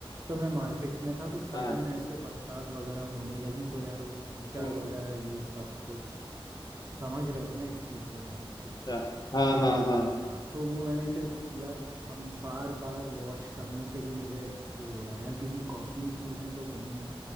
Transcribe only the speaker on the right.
तो मैं मार्केट में था तो सडन
ऐसे बरसात वगैरह होने लगी तो यार वो कीचड़
वगैरह ये सब कुछ समझ रहे हो ना इस चीज़ को तुम
हाँ
हाँ,
तो वो मैंने फिर यार अब बार बार वॉश करने से भी मुझे वो हो रहा है यार क्योंकि कॉस्टली शूज़ हैं तो कहीं